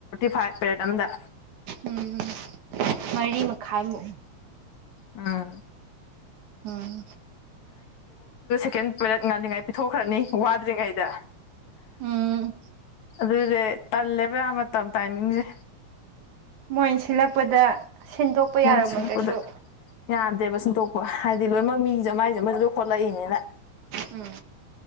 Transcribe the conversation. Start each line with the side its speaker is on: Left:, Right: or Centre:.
Left: ꯐꯥꯏꯚ ꯄꯦꯔꯦꯠ ꯑꯃꯗ
Right: ꯎꯝ ꯃꯔꯤ ꯃꯈꯥꯏꯃꯨꯛꯏ
Left: ꯑꯝ
Right: ꯑꯣꯝ
Left: ꯆꯤꯛꯀꯦꯟ ꯄ꯭ꯂꯦꯠꯥꯜꯂꯤꯉꯥꯏ ꯄꯤꯊꯣꯛꯈ꯭ꯔꯅꯤ ꯋꯥꯗ꯭ꯔꯤꯉꯩꯗ
Right: ꯎꯝ
Left: ꯑꯗꯨꯗꯦ ꯇꯂꯦꯕ ꯌꯥꯝ ꯃꯇꯝ ꯃꯇꯝ ꯇꯥꯏꯃꯤꯡꯁꯦ
Right: ꯃꯣꯏ ꯁꯤꯜꯂꯛꯄꯗ ꯁꯤꯟꯗꯣꯛꯄ ꯌꯥꯔꯝꯃꯣꯏ
Left: ꯃꯣꯏ ꯁꯤꯜꯂꯛꯄꯗ
Right: ꯀꯩꯁꯨ
Left: ꯌꯥꯗꯦꯕ ꯁꯤꯟꯇꯣꯛꯄ ꯍꯥꯏꯗꯤ ꯂꯣꯏꯅꯃꯛ ꯃꯤ ꯃꯥꯏꯁꯦꯁꯨ ꯈꯣꯠꯂꯛꯏꯅꯤꯅ
Right: ꯎꯝ